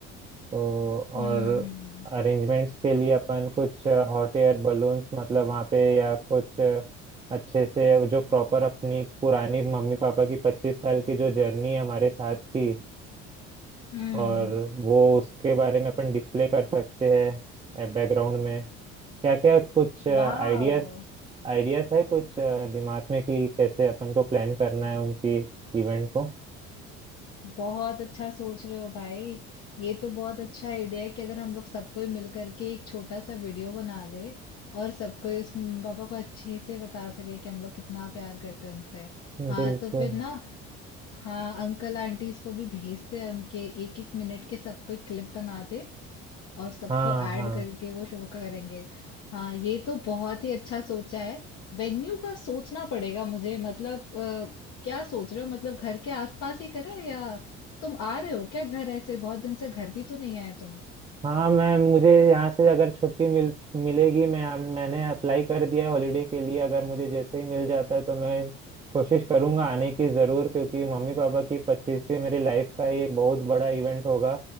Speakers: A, on the right; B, on the left.
A: तो
B: हम्म
A: और अरेंजमेंट्स के लिए अपन कुछ हॉट एयर बलून्स मतलब वहाँ पे या कुछ अ, अच्छे से जो प्रॉपर अपनी पुरानी मम्मी पापा की पच्चीस साल की जो जर्नी है हमारे साथ की
B: हम्म
A: और वो उसके बारे में अपन डिस्प्ले कर सकते हैं बैकग्राउंड में क्या क्या कुछ आइडियाज
B: वाह
A: आइडियाज है कुछ अ, दिमाग में कि कैसे अपन को प्लान करना है उनकी इवेंट को
B: बहुत अच्छा सोच रहे हो भाई ये तो बहुत अच्छा आइडिया है कि अगर हम लोग सब कोई मिल करके एक छोटा सा वीडियो बना ले और सबको ही उस मम्मी पापा को अच्छे से बता सके कि हम लोग कितना प्यार करते हैं उनसे
A: बिल्कुल
B: हाँ तो फिर ना हाँ अंकल आंटीज को भी भेजते हैं हम के एक एक मिनट के सबको एक क्लिप बना दे और सबको
A: हाँ
B: ऐड
A: हाँ
B: करके वो शो करेंगे हाँ ये तो बहुत ही अच्छा सोचा है वेन्यू का सोचना पड़ेगा मुझे मतलब अ, क्या सोच रहे हो मतलब घर के आसपास ही करें या तुम आ रहे हो क्या घर ऐसे बहुत दिन से घर भी तो नहीं आए तुम
A: हाँ मैम मुझे यहाँ से अगर छुट्टी मिल मिलेगी मैं यहाँ- मैंने अप्लाई कर दिया है हॉलीडे के लिए अगर मुझे जैसे ही मिल जाता है तो मैं कोशिश करूँगा आने की ज़रूर क्योंकि मम्मी पापा की पच्चीसवीं मेरी लाइफ का ये बहुत बड़ा इवेंट होगा